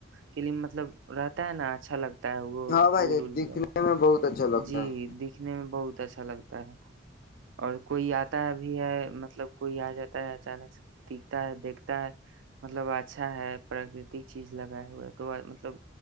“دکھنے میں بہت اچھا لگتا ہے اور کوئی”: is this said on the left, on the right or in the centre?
Right